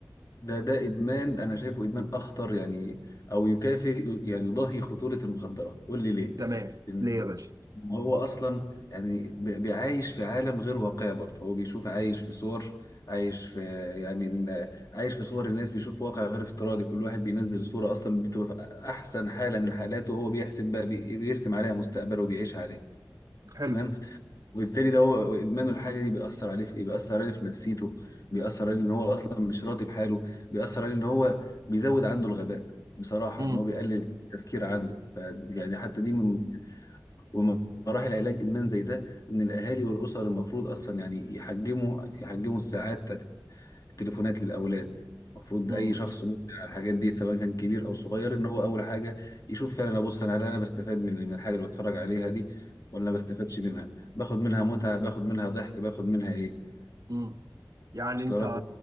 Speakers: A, on the left; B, on the right.
A: ده ده ادمان انا شايفه ادمان اخطر يعني او يكافئ يعني يضاهي خطوره المخدرات قول لي ليه
B: تمام
A: لان
B: ليه يا باشا
A: هو اصلا يعني بي- بيعايش في عالم غير واقعي برضه هو بيشوف عايش في صور عايش في يعني إن- عايش في صور الناس بيشوف واقع غير افتراضي كل واحد بينزل صوره اصلا بتبقى في احسن حاله من حالاته وهو بيحسب بقى بي- بيرسم عليها مستقبله وبيعيش عليها
B: حلو
A: تمام وبالتالي ده هو ادمانه الحاجه دي بيأثر عليه في ايه بيأثر عليه في نفسيته بيأثر عليه ان هو اصلا مش راضي بحاله بيأثر عليه ان هو بيزود عنده الغباء بصراحه
B: امم
A: ان هو بيقلل التفكير عنده ف يعني حتى دي من ومن مراحل علاج ادمان زي ده ان الاهالي والاسر المفروض اصلا يعني يحجموا يحجموا الساعات تليفونات للاولاد المفروض
B: امم
A: اي شخص مدمن على الحاجات دي سواء كان كبير او صغير ان هو اول حاجه يشوف فعلا ابص انا هل انا بستفاد من من الحاجه اللي بتفرج عليها دي ولا ما بستفادش منها باخد منها متعه باخد منها ضحك باخد منها ايه
B: امم يعني
A: اصل
B: انت
A: لك